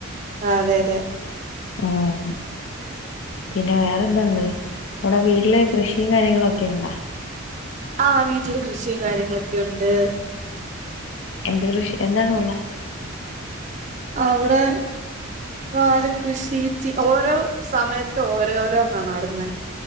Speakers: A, on the right; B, on the left.
A: ആഹ് അതെ അതെ
B: ആഹ് പിന്നെ വേറെ എന്തതുണ്ട് അവിടെ വീട്ടില് കൃഷിയും കാര്യങ്ങളൊക്കെ ഉണ്ടാ
A: ആഹ് വീട്ടില് കൃഷിയും കാര്യങ്ങളൊക്കെണ്ട്
B: എന്ത് കൃഷി എന്താണ് ഉള്ളെ?
A: അവിടെ വാഴ കൃഷി ഓരോ സമയത്ത് ഓരോഓരോന്നാ നടുന്നെ